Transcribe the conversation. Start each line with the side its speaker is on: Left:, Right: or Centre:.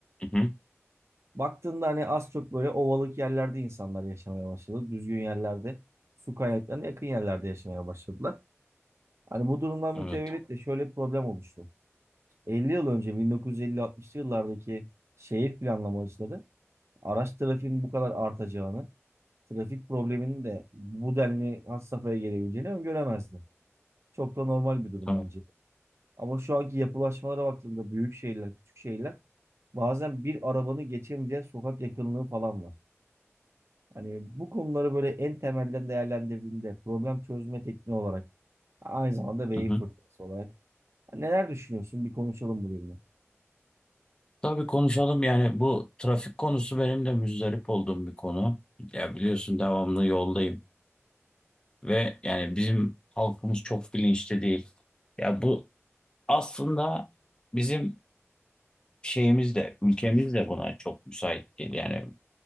Left: Hı-hı.
Right: Baktığında hani az çok böyle ovalık yerlerde insanlar yaşamaya başladı. Düzgün yerlerde, su kaynaklarına yakın yerlerde yaşamaya başladılar. Hani bu durumdan mütevellit
Left: Evet.
Right: de şöyle bir problem oluştu. 50 yıl önce 1950-60'lı yıllardaki şehir planlamacıları araç trafiğinin bu kadar artacağını, trafik probleminin de bu denli has safhaya gelebileceğini öngöremezdi. Çok da normal bir durum
Left: Tamam.
Right: bence. Ama şu anki yapılaşmalara baktığımda büyük şehirler, küçük şehirler bazen bir arabanı geçemeyeceği sokak yakınlığı falan var. Hani bu konuları böyle en temelden değerlendirdiğinde problem çözme tekniği olarak aynı zamanda beyin
Left: Hı-hı.
Right: fırtınası olarak neler düşünüyorsun? Bir konuşalım bu bölümü.
Left: Tabii konuşalım yani bu trafik konusu benim de müzdarip olduğum bir konu. Ya biliyorsun devamlı yoldayım ve yani bizim halkımız çok bilinçli değil. Ya bu aslında bizim şeyimiz de ülkemiz de buna çok müsait değil. Yani